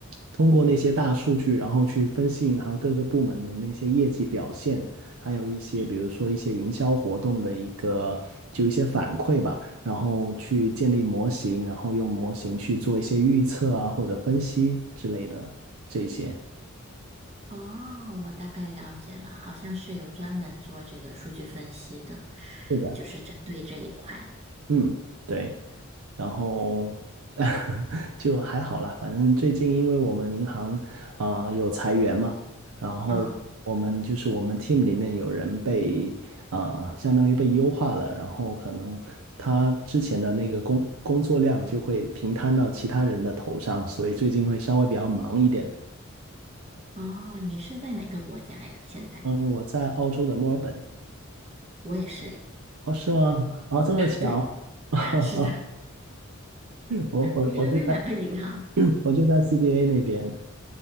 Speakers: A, on the right; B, on the right.
A: 通过那些大数据，然后去分析银行各个部门的那些业绩表现，还有一些比如说一些营销活动的一个就一些反馈吧，然后去建立模型，然后用模型去做一些预测啊或者分析之类的这些。
B: 哦，我大概了解了，好像是有专门做这个数据分析的，
A: 是的，
B: 就是针对这一块。
A: 嗯，对。然后 <laughs> 就还好啦，反正最近因为我们银行啊、呃有裁员嘛，然后我们就是我们
B: 嗯，
A: team 里面有人被啊、呃相当于被优化了，然后可能他之前的那个工工作量就会平摊到其他人的头上，所以最近会稍微比较忙一点。
B: 哦，你是在哪个国家呀？现在
A: 嗯、我在澳洲的墨尔本。
B: 我也是诶，
A: 哦，是吗？哦，这么巧。
B: 对，<laughs>
A: <laughs>
B: 是的。
A: 我我我就在
B: 你是在哪个银行？
A: <clears throat> 我就在 CBA 那边，